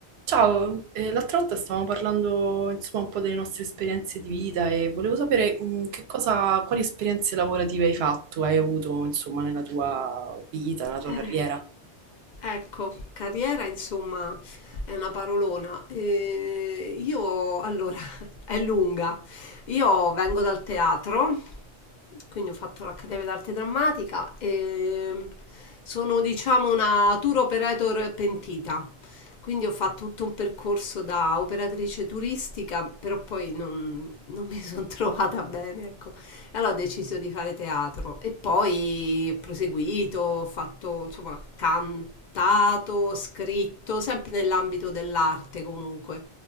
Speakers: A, on the right; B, on the left.
A: Ciao, eh, l'altra volta stavamo parlando insomma un po' delle nostre esperienze di vita e volevo sapere mh, che cosa, quali esperienze lavorative hai fatto, hai avuto insomma nella tua vita, nella tua
B: Eh,
A: carriera.
B: ecco, carriera insomma è una parolona. Eh, io allora <laughs> è lunga. Io vengo dal teatro, quindi ho fatto l'Accademia d'Arte Drammatica e sono diciamo una tour operator pentita. Quindi ho fatto tutto un percorso da operatrice turistica, però poi non, non mi sono <laughs> trovata bene, ecco. Allora ho deciso di fare teatro e poi ho proseguito, ho fatto, insomma, cantato, scritto, sempre nell'ambito dell'arte comunque.